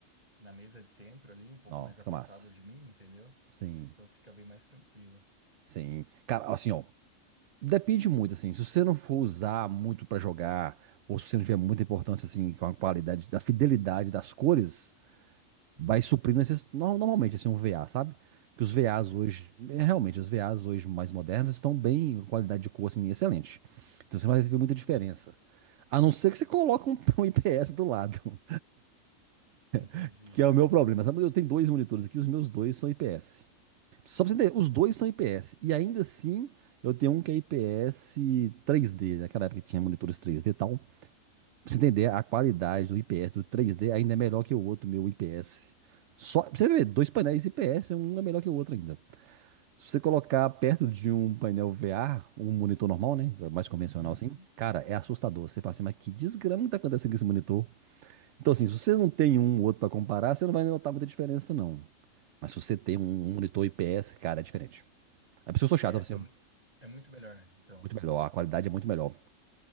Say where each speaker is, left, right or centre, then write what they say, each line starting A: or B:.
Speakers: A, on the right; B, on the right.
A: na mesa de centro ali, um pouco
B: Não,
A: mais
B: fica
A: afastado
B: massa.
A: de mim, entendeu?
B: Sim,
A: Então fica bem mais tranquilo.
B: sim. Cara, assim, ó, depende muito, assim, se você não for usar muito pra jogar, ou se você não tiver muita importância, assim, com a qualidade, da fidelidade das cores,
A: Hum.
B: vai suprir necess... no- normalmente assim um VA, sabe? Que os VAs
A: Sim,
B: hoje, é, realmente, os VAs hoje mais modernos estão bem, com qualidade de cor assim, excelente. Então você não vai
A: Hum.
B: ver muita diferença. A não ser que você coloque um, <laughs> um IPS do lado,
A: entendi.
B: <laughs> que é o meu problema. Sabe? Eu tenho dois monitores aqui, os meus dois são IPS. Só pra
A: Ah,
B: você entender, os dois são IPS. E ainda assim, eu tenho um que é IPS 3D. Naquela época que tinha monitores 3D e tal. Pra você entender, a qualidade do IPS do 3D ainda é melhor que o outro meu IPS. Só, pra você ver, dois painéis IPS, um é melhor que o outro ainda. Se você colocar perto de um painel VR, um monitor normal, né? Mais convencional
A: Uhum.
B: assim, cara, é assustador.
A: sim.
B: Você fala assim, mas que desgrama que tá acontecendo com esse monitor? Então, assim, se você não tem um ou outro pra comparar, você não vai notar muita diferença, não. Mas se você tem
A: Ah.
B: um monitor IPS, cara, é diferente. A pessoa
A: IPS
B: sou chata, assim,
A: é,
B: ó,
A: mu- é muito melhor, então.
B: muito melhor, a qualidade é muito melhor.